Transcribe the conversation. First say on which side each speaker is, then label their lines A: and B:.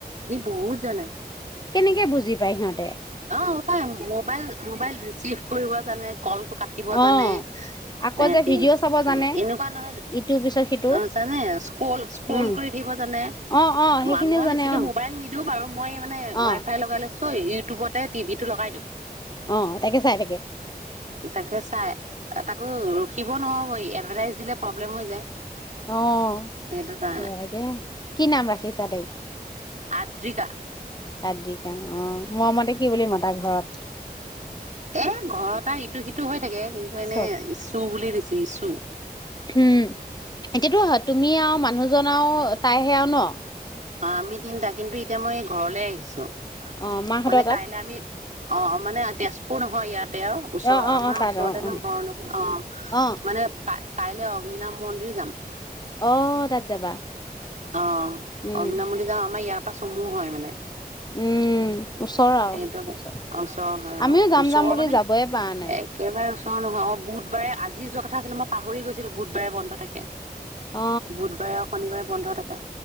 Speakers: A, on the right (about 50°); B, on the left (about 25°).
A: বহুত জনে
B: কেনেকে বুজি পায় সিহঁতে
A: অ পায় মোবাইল মোবাইল চিফ কৰিব জানে কলটো কাটিব
B: অ',
A: জানে
B: আকৌ
A: সিহঁতি
B: যে ভিডিঅ' চাব জানে
A: এনেকুৱা নহয় জে
B: ইটোৰ পিছত সিটো
A: অ জানে ইছক্ৰল ইছক্ৰল
B: উম,
A: কৰি দিব জানে
B: অ', অ', সেইখিনিও
A: মানুহ
B: জানে
A: বেছি এই
B: অ',
A: মোবাইল নিদিও বাৰু মই মানে
B: অ',
A: ৱাই ফাই লগাই লৈছো ত ইউটিউবতে টিভি টো লগাই দিম
B: অ তাকে চাই তাকে
A: তাকে চাই তাকো ৰখিব নহব এয়াত। দিলে প্ৰবলেম হৈ যায়
B: অহ
A: সেইটো কাৰণে
B: হয় দে কি নাম ৰাখিছা তাইক
A: আদ্ৰিকা
B: আদ্ৰিকা অ মৰমতে কি বুলি মাতা ঘৰত
A: এ ঘৰত আৰু ইটো সিটো হৈ থাকে এনে
B: চব
A: ইছু বুলি দিছো ইছু
B: উম এতিয়াতো তুমি আৰু মানুহজন আৰু তাইহে আৰু ন
A: অ আমি তিনিটা কিন্তু এতিয়া মই ঘৰলে আহিছো।
B: অ মাহঁতৰ
A: মানে
B: তাত
A: কাইলে আমি অ মানে তেজপুৰ নহয় ইয়াত তেওঁৰ ওচৰ
B: অ অ
A: আমাৰ
B: অ তাত
A: ওচৰতে
B: অ অ
A: ন ঘৰ নহয় অ
B: অ
A: মানে কাইলৈ অগ্নি নাম মন্দিৰ যাম।
B: অ তাত যাবা
A: অ
B: উম
A: অগ্নামলি যাওঁ আমাৰ ইয়াৰ চমু হয় মানে
B: উম ওচৰ আৰু
A: সেইটো
B: ওচৰ
A: ওচৰৰ হয় অ
B: আমিও যাম
A: ওচৰৰ
B: যাম বুলি
A: মানে
B: যাবই পৰা নাই
A: একেবাৰে ওচৰৰ নহয় অ বুধবাৰে আজি যোৱা কথা আছিলে মই পাহৰি গৈছিলো বুধবাৰে বন্ধ থাকে
B: অ
A: বুধবাৰে আৰু শনিবাৰে বন্ধ থাকে